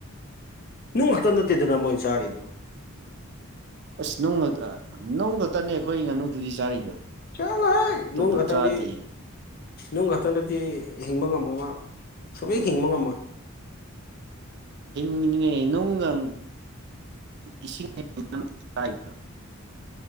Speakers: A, on the left; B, on the right.
A: ꯅꯨꯡ ꯉꯥꯛꯇ ꯅꯠꯇꯦꯗꯅ ꯃꯣꯏ ꯆꯥꯔꯤꯗꯨꯣ
B: ꯑꯁ ꯅꯨꯡ ꯅꯨꯡ ꯈꯛꯇꯅꯦ ꯑꯩꯈꯣꯏ ꯉꯥꯅꯨꯗꯨꯗꯤ ꯆꯥꯔꯤꯗꯣ
A: ꯆꯠꯂꯣꯍꯩ
B: ꯇ
A: ꯅꯨꯡ
B: ꯄꯆꯥꯥꯗꯦ
A: ꯈꯛꯇꯪꯗꯤ ꯅꯨꯡ ꯈꯛꯇꯪꯗꯗꯤ ꯍꯤꯡꯕ ꯉꯝꯃꯣꯏ ꯃꯥ ꯁꯕ ꯍꯤꯡꯕ ꯉꯝꯃꯣꯏ
B: ꯍꯉ ꯅꯣꯡꯒꯪ ꯏꯁꯤꯡ ꯌꯥꯝ ꯆꯔꯥꯏꯅ